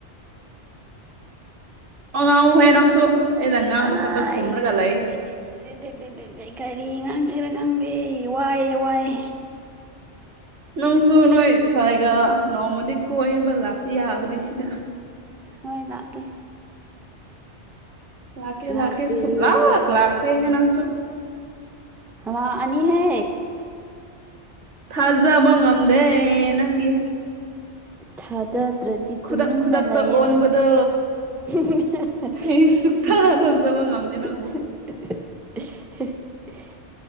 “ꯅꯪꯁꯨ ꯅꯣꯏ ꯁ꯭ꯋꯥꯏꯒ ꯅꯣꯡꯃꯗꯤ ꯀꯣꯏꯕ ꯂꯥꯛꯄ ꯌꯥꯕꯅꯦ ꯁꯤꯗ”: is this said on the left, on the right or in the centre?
Right